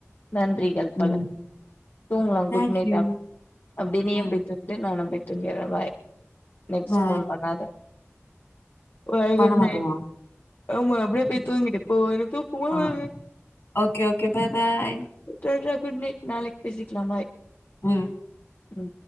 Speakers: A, on the left; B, on the left.
A: நன்றி எழ்ப்பல
B: ம்
A: தூங்குலா
B: தேங்க்யூ
A: குட் நைட்டா அப்டியே நீயு
B: ம்
A: போய் தூ கிடு நானு போய் தூங்கிற பாய் நெக்ஸ்ட்டு
B: பாய்
A: ஃபோன் பண்ணாத பாய்
B: பண்ண
A: குட்நைட்
B: மாட்டியா
A: ஆமா அப்டியே போய் தூங்கிட்டு போ எனக்கு தூக்கமா
B: ஆ
A: வருது
B: okay okay bye bye
A: tata good night நாளைக் பேசிக்லா பாய்
B: ம்
A: ம்